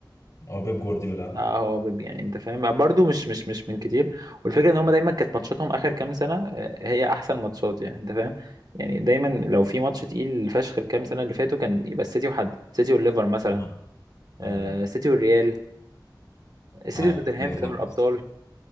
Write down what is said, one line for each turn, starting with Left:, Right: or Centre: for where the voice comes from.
Left: هو بيب جوارديولا
Right: اه هو بيب يعني انت فاهم برضو مش مش مش من كتير والفكره ان هم دايما كانت ماتشاتهم اخر كام سنه آه، هي احسن ماتشات يعني انت فاهم يعني دايما لو في ماتش تقيل فشخ الكام سنه اللي فاتوا كان يبقى السيتي وحد السيتي والليفر مثلا
Left: آه. آه.
Right: آه، السيتي والريال السيتي
Left: ايوه
Right: وتوتنهام في
Left: فاهم
Right: دوري الابطال
Left: قصدك